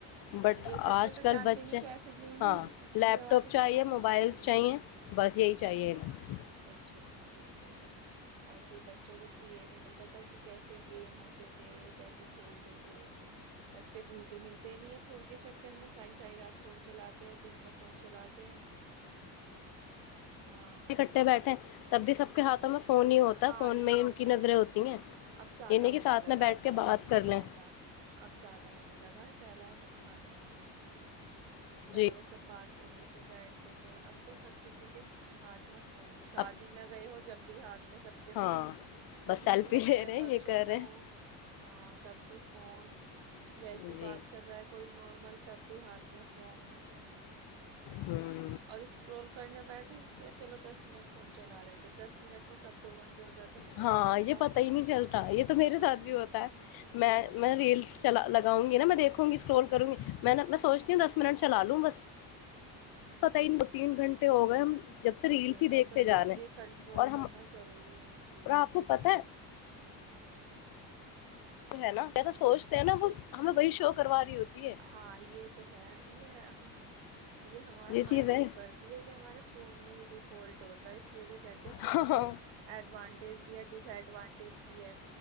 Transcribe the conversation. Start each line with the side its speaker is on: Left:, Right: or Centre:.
Left: بٹ
Right: یہ
Left: آج
Right: بچے تو
Left: کل
Right: جانتے
Left: بچے
Right: نہیں کہ ایسے گیم
Left: ہاں
Right: ہوئے
Left: لیپ
Right: یہ والے
Left: ٹاپ چاہیے
Right: کیسے
Left: موبائلس
Right: گم
Left: چاہیے
Right: ہ
Left: بس یہی چاہیے انہیں
Right: بچوں چاہے اور پھر بچوں کو یہ بھی نہیں پتا کہ کیسے گیم ہوتے تھے یا کیسے کھیلتے تھے بچے گھلتے ملتے نہیں ہے فون کے چکر میں سائی سائی رات فون چلاتے ہیں دن میں فون چلاتے ہیں ہاں
Left: کٹے بیٹھے تب بھی سب کے ہاتھوں میں فون ہی ہوتا
Right: ہاں
Left: ہے فون
Right: یہ
Left: میں ہی ان
Right: تو
Left: کی
Right: ہے
Left: نظریں ہوتی ہیں
Right: اب زیادہ
Left: یہ نہیں کہ
Right: ہونے
Left: ساتھ
Right: لگا
Left: میں بیٹھ
Right: ہے پہلے
Left: کے بات
Right: نہیں
Left: کر
Right: تھا
Left: لیں
Right: ایسا اب زیادہ ہونے لگا ہے پہلاے ایسا تھتانی پہلے
Left: جی
Right: سب بات کرتے تھے بیٹھتے تھے اب تو ہر کسی کے ہاتھ میں فون شادی
Left: اب
Right: میں گئے ہو جب <unintelligible> میں سب کے
Left: ہاں
Right: فون کہیں
Left: بس سیلفی
Right: گھر
Left: لے
Right: میں
Left: رہے ہیں
Right: فنکشن
Left: یہ کر
Right: میں
Left: رہے
Right: ہو ہاں تب بھی ف فون
Left: ہیں
Right: ویسی
Left: جی
Right: بات کر رہا ہے کوئی نارم مل تب بھی ہاتھ میں فون
Left: ہوں
Right: اور اسکرول کرنے بیٹھ ک چلو دس منٹ فون چلا لیتے دس منٹ میں کب دو گھنٹے ہو جاتے پتہ
Left: ہاں
Right: ہی نہیں چلتا
Left: یہ پتا ہی نہیں چلتا یہ تو میرے
Right: پتہ ہی
Left: ساتھ
Right: نہیں
Left: بھی ہوتا
Right: چلتا
Left: ہے
Right: ہاں یہ
Left: میں
Right: ہوتا
Left: میں ریل
Right: ہے
Left: چ لگاؤں گی نا میں دیکھوں گی اسٹرول کروں
Right: ہوں،
Left: گی میں نا میں سوچتی ہوں دس منٹ چلا لوں بس
Right: ہوں،
Left: پت ہی نہیں دو تین گھنٹے ہو گئے ہم جب سے ریلس
Right: یہی
Left: ہی دیکھتے
Right: تو
Left: جا
Right: اس
Left: رہے
Right: لیے
Left: ہیں
Right: کنٹرول
Left: اور ہم
Right: کرنا ضروری ہے ان چیزوں
Left: آپ کو پت ہے
Right: ہوں
Left: وہ ہے نا
Right: ہوں
Left: جیسا سوچتے ہیں نا وہ ہمیں وہی شو کروا رہی ہوتی ہے
Right: ہاں یہ تو ہے یہ یہ ہمارا مائنڈ
Left: چیز ہے
Right: نہیں پڑتی ہے یہ ہمارے فون میں ہی ڈیفالٹ ہوتا ہے اس لیے تو کہتے فون
Left: ہاں
Right: کے
Left: ہاں
Right: ایڈوان بھی ہے ڈس ایڈوانٹیج بھی ہے